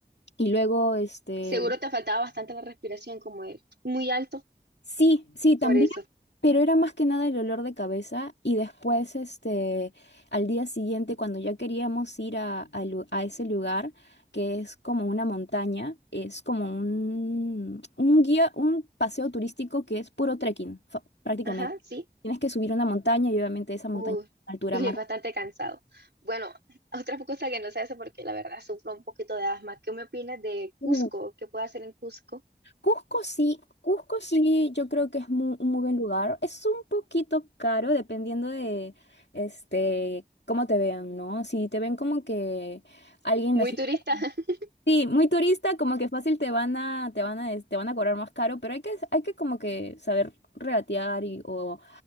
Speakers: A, on the left; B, on the right.
A: y luego este
B: Seguro te faltaba bastante la respiración, como es muy alto,
A: Sí, sí, también,
B: por eso.
A: pero era más que nada el olor de cabeza y después, este, al día siguiente, cuando ya queríamos ir a, a lu- a ese lugar, que es como una montaña, es como un, un guía, un paseo turístico que es puro trekking, fa- prácticamente.
B: Ajá, sí.
A: Tienes que subir una montaña y obviamente esa montaña
B: Uy,
A: es una altura
B: <laughs> y
A: más.
B: es bastante cansado. Bueno, otra cosa que no sé eso, porque la verdad sufro un poquito de asma. ¿Qué me opinas de Cusco?
A: uh,
B: ¿Qué puedo hacer en Cusco?
A: Cusco sí, Cusco sí, yo creo que es mu- un muy buen lugar. Es un poquito caro dependiendo de, este, cómo te vean, ¿no? Si te ven como que alguien
B: Muy
A: así,
B: turista. <laughs>
A: sí, muy turista, como que fácil te van a, te van a, des- te van a cobrar más caro, pero hay que, hay que como que saber regatear y, o,